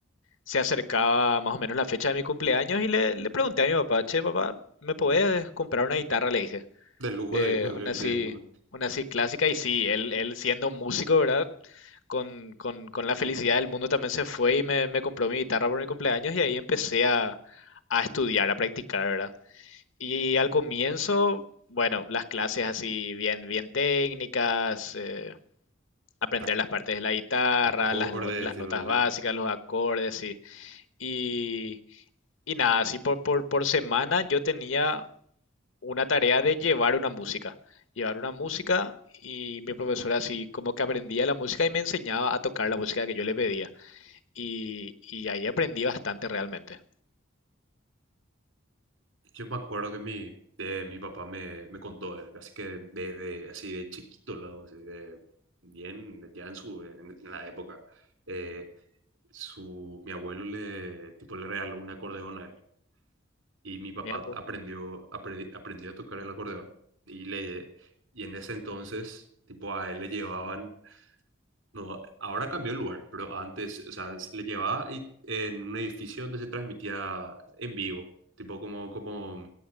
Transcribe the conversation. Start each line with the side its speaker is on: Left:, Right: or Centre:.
Left: Se acercaba más o menos la fecha de mi cumpleaños y le, le pregunté a mi papá, che, papá, ¿me podés comprar una guitarra? Le dije.
Right: Del lujo
Left: Eh,
Right: de, <laughs>
Left: una así,
Right: de uno.
Left: una así clásica y sí, él, él siendo músico, ¿verdad? Con, con- con la felicidad del mundo también se fue y me, me compró mi guitarra por mi cumpleaños y ahí empecé a, a estudiar, a practicar, ¿verdad? Y al comienzo, bueno, las clases así bien, bien técnicas, eh, aprender
Right: Ac-
Left: las partes
Right: ac-
Left: de la guitarra,
Right: acordes,
Left: las, no- las
Right: tipo,
Left: notas
Right: sí.
Left: básicas, los acordes, y, y, y nada, así por, por, por semana yo tenía una tarea de llevar una música, llevar una música y mi profesora así como que aprendía la música y me enseñaba a tocar la música que yo le pedía y, y ahí aprendí bastante realmente.
Right: Yo me acuerdo que mi, eh, mi papá me, me contó, eh, así que de de así de chiquito, luego, así de bien, ya en su en, en la época, eh, su, mi abuelo le, tipo, le regaló un acordeón a él y mi papá
Left: Mira, pues
Right: aprendió, apre- aprendió a tocar el acordeón. Y, le, y en ese entonces, tipo, a él le llevaban no, ahora cambió el lugar, pero antes, o sea, se le llevaba y- en un edificio donde se transmitía en vivo, tipo como, como,